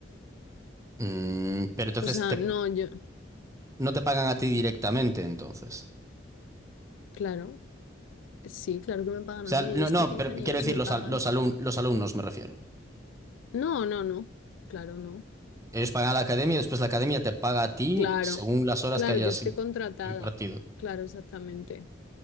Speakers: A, on the right; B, on the left.
A: mm, pero entonces
B: O sea,
A: te-
B: no, yo,
A: no te pagan a ti directamente, entonces.
B: claro, sí, claro que me pagan
A: O
B: a
A: sea,
B: mí. Ellos
A: no,
B: cotizan
A: no, pero
B: y
A: quiero
B: ellos
A: decir
B: me
A: los,
B: pagan.
A: al- los, alum- los alumnos me refiero.
B: No, no, no. Claro, no.
A: Ellos pagan a la academia y después la academia te paga a ti
B: Claro,
A: según las horas
B: claro,
A: que hayas
B: yo estoy
A: im-
B: contratada.
A: impartido.
B: Claro, exactamente.